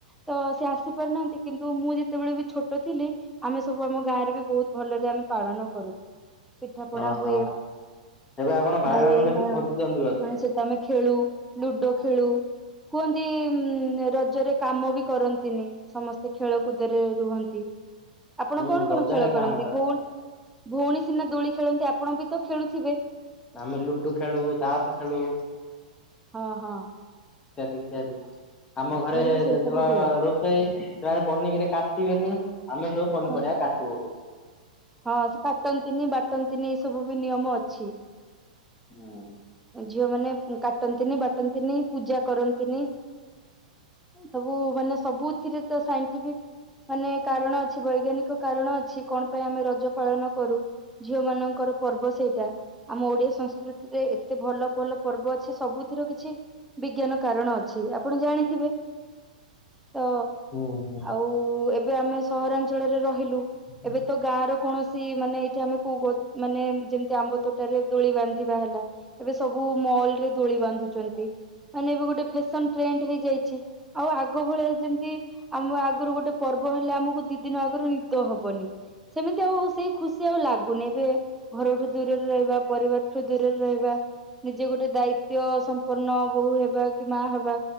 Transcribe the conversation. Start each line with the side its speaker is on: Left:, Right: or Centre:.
Centre: ତ ସେ ଆସି ପାରୁନାହାନ୍ତି କିନ୍ତୁ ମୁଁ ଯେତେବେଳେ ବି ଛୋଟ ଛୋଟ ଥିଲେ ଆମେ ସବୁ ଆମ ଗାଁରେ ବି ବହୁତ ଭଲରେ ଆମେ ପାଳନ କରୁ। ପିଠା ପଣା
Left: ଓହୋ
Centre: ହୁଏ
Left: ଏବେ ଆପଣ
Centre: ଭାଇ
Left: ମାନଙ୍କୁ ବେଶୀ
Centre: ମା
Left: ଖୋଜୁଛନ୍ତି
Centre: ମାନେ
Left: ବୋଧେ
Centre: ସେତ ଆମେ ଖେଳୁ। ଲୁଡୋ ଖେଳୁ କୁହନ୍ତି ରଜରେ କାମ ବି କରନ୍ତିନି। ସମସ୍ତେ ଖେଳ କୁଦରେ ରୁହନ୍ତି ଆପଣ
Left: ହୁଁ
Centre: କଣ
Left: ରଜରେ
Centre: କଣ ଖେଳ କରନ୍ତି
Left: କାଁ ମଜା
Centre: ଭୁଲ ଭଉଣୀ ସିନା ଦୋଳି ଖେଳନ୍ତି ଆପଣ ବି ତ ଖେଳୁଥିବେ।
Left: ଆମେ ଲୁଡୁ ଖେଳୁ ତାସ ଖେଳୁ।
Centre: ହଁ ହଁ।
Left: ଇତ୍ୟାଦି ଇତ୍ୟାଦି ଆମ ଘରେ
Centre: ବି ସେ
Left: ଯେ
Centre: ସବୁ
Left: ଥିଲା
Centre: ହୁଏ
Left: ରୋଷ ସେଇ ସେମାନେ ପନିିକିରେ କାଟିବେନି ଆମେ ସବୁ ପନିପରିବା
Centre: ହଁ
Left: କାଟିବୁ।
Centre: ହଁ ସେ କାଟନ୍ତିନି ବାଟନ୍ତିନି ଏଇ ସବୁ ବି ନିୟମ ଅଛି।
Left: ହୁଁ।
Centre: ଝିଅ ମାନ କାଟନ୍ତିନି ବାଟନ୍ତିନି ପୂଜା କରନ୍ତିନି। ସବୁ ମାନେ ସବୁଥିରେ ତ ସାଇନ୍ ଟିପିକ୍ ମାନେ କାରଣ ଅଛି ବୈଜ୍ଞାନିକ କାରଣ ଅଛି କଣ ପାଇଁ ଆମେ ରଜ ପାଳନ କରୁ। ଝିଅ ମାନଙ୍କର ପର୍ବ ସେଇଟା। ଆମ ଓଡିଆ ସଂସ୍କୃତିରେ ଏତେ ଭଲ ଭଲ ପର୍ବ ଅଛି ସବୁଥିର କିଛି ବିଜ୍ଞାନ କାରଣ ଅଛି ଆପଣ ଜାଣିଥିବେ ତ
Left: ହୁଁ ହୁଁ।
Centre: ଆଉ ଏବେ ଆମେ ସହରାଞ୍ଚଳରେ ରହିଲୁ।
Left: ହଁ
Centre: ଏବେ ତ ଗାଁରେ କୌଣସି ମାନେ ଏଠି ଆମେ କ ମାନେ ଯେମିତି ଆମ୍ବ ତୋଟାରେ ଦୋଳି ବାନ୍ଧିବା ହେଲା। ଏବେ ସବୁ ମଲ ରେ ଦୋଳି ବାନ୍ଧୁଛନ୍ତି ମାନେ ଏବେ ଗୋଟେ ଫେସନ ଟ୍ରେଣ୍ଡ ହେଇଯାଇଛି। ଆଉ ଆଗ ଭଳିଆ ଯେମତି ଆମ ଆଗୁରୁ ଗୋଟେ ପର୍ବ ହେଲେ ଆମକୁ ଦି ଦିନ ଆଗରୁ ନିଦ ହବନି ସେମିତି ଆଉ ସେଇ ଖୁସି ସେ ଆଉ ଲାଗୁନି ଏବେ ଘରଠୁ ଦୂରରେ ରହିବା ପରିବାରଠୁ ଦୂରରେ ରହିବା। ନିଜେ ଗୋଟେ ଦାୟିତ୍ଵ ସମ୍ପନ୍ନ ବୋହୂ ହେବା କି ମା ହେବା।